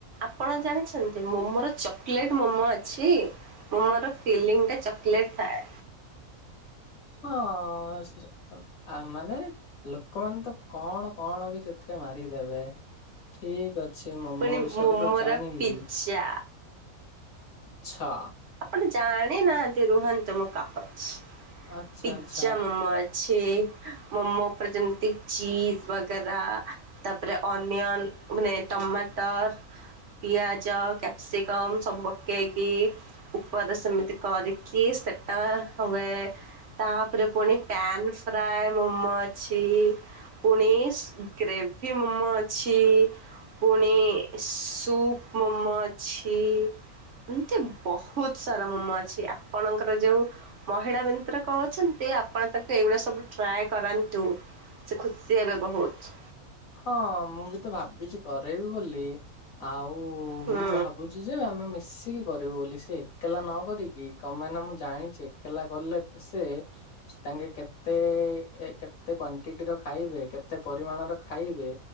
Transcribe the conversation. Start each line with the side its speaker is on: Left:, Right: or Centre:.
Right: ଆପଣ ଜାଣିଛନ୍ତି ମୋମୋର ଚକଲେଟ୍ ମୋମୋ ଅଛି ମୋମୋର ଫିଲିଙ୍ଗ୍ ଟା ଚକି କ୍ଲେଟ୍ ଥାଏ
Left: ହଁ ସ୍ ଆ ମାନେ ଲୋକମାନେ ତ କଣ କଣ ବି ସେଥିରେ ମାରିଦେବେ ଠିକ୍ ଅଛି ସେ ମୋମୋ
Right: ପୁଣି
Left: ବିଷୟରେ
Right: ମୋମୋର
Left: ତ ଜାଣିଲି।
Right: ପିଜ୍ଜା
Left: ଆଚ୍ଛା
Right: ଆପଣ ଜାଣି ନାହାନ୍ତି ରୁହନ୍ତୁ ମୁଁ କହୁଛି।
Left: ଆଚ୍ଛା
Right: ପିଜ୍ଜା
Left: ଆଚ୍ଛା
Right: ମୋମୋ ଛି ମୋମୋ ଉପରେ ଯେମିତି ଚିଜ୍ ବଗେରା ତାପରେ ଅନିଅନ ମାନେ ଟମାଟର୍। ପିଆଜ, କ୍ୟାପ୍ସିକମ୍ ସବୁ ପକେଇ ପକେଇକି ଉପରେ ସେମିତି କରିକି ସେଟା ହୁଏ। ତାପରେ ପୁଣି ପ୍ୟନ୍ ଫ୍ରାଏ ମୋମୋ ଅଛି। ପୁଣି ସ୍ ଗ୍ରେଭି ମୋମୋ ଅଛି। ପୁଣି ସୂପ୍ ମୋମୋ ଅଛି। ଏମତି ବହୁତ୍ ସାରା ମୋମୋ ଅଛି ଆପଣଙ୍କର ଯୋଉ ମହିଳା ମିତ୍ର କଣ କୋହୁଛନ୍ତି ଆପଣ ତାଙ୍କୁ ଏଇଗୁଡା ସବୁ ଟ୍ରାଏ କରାନ୍ତୁ। ସେ ଖୁସି ହେବେ ବହୁତ୍
Left: ହଁ ମୁଁ ବି ତ ଭାବିଛି କରେଇବି ବୋଲି ଆଉ
Right: ହୁଁ
Left: ମୁଁ ଭାବୁ ଜେଜେମା ଆମେ ମିଶିକି କରିବୁ ବୋଲି ସେ ଏକଲା ନ କରିକି ତମେ ନା ମୁଁ ଜାଣିଛି ଏକଲା କଲେ ସେ ତାଙ୍କେ କେତେ କେତେ କୁଣ୍ଟିଟିର ଖାଇବେ କେତେ ପରିମାଣ ର ଖାଇବେ